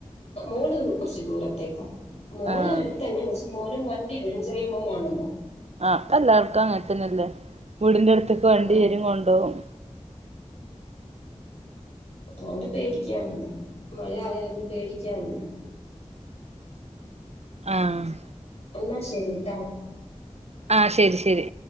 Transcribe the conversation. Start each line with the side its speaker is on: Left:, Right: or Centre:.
Left: മോള് കുറച്ച് ദൂരത്തേക്കാ. മോന്
Right: ആഹ്
Left: അടുത്ത് തന്നെ, പക്ഷേ മോനും വണ്ടി വരും ചെറിയ മോനാണല്ലോ.
Right: ആ അപ്പൊ എല്ലാവർക്കും അങ്ങനെ തന്നെല്ലേ, വീടിന്റെ അടുത്ത്. ത്തേക്ക് വണ്ടി
Left: ആ
Right: വരും കൊണ്ടോവും.
Left: അതുകൊണ്ട് <unintelligible> മഴ ആയാലും പേടിക്കാനില്ല.
Right: ആഹ്
Left: എന്നാ ശരിട്ടാ.
Right: ആ ശെരി ശെരി